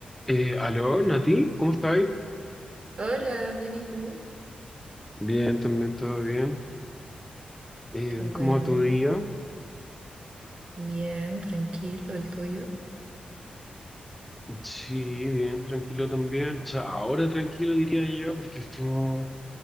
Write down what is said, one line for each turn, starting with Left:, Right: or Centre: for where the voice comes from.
Centre: Eh, aló, Nati, ¿cómo estáis?
Right: Hola, bien, ¿y tú?
Centre: Bien, también todo bien. Eh,
Right: Qué bueno,
Centre: ¿cómo va tu día?
Right: bien, tranquilo, el tuyo.
Centre: Sí, bien, tranquilo también. O sea, ahora tranquilo diría yo, porque estuvo